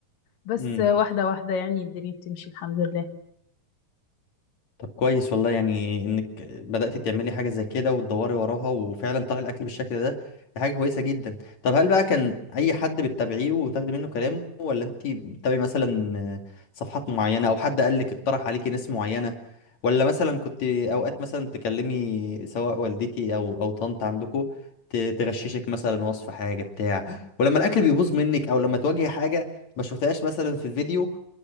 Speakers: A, on the left; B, on the left.
A: بس
B: امم.
A: آه، واحدة واحدة يعني الدنيا بتمشي الحمد لله
B: طب كويس والله يعني انك بدأت تعملي حاجة زي كده وتدوري وراها وفعلا طلع الاكل بالشكل ده دي حاجة كويسة جدا طب هل بقى كان اي حد بتتابعيه وتاخدي منه كلامه ولا انت بتتابعي مثلا صفحات معينة او حد قال لك اقترح عليكي ناس معينة ولا مثلا كنت اوقات مثلا تكلمي سواء والدتي او او طنط عندكم تغششك مثلا وصف حاجة بتاع ولما الاكل بيبوظ منك او لما تواجهي حاجة ما شفتهاش مثلا في الفيديو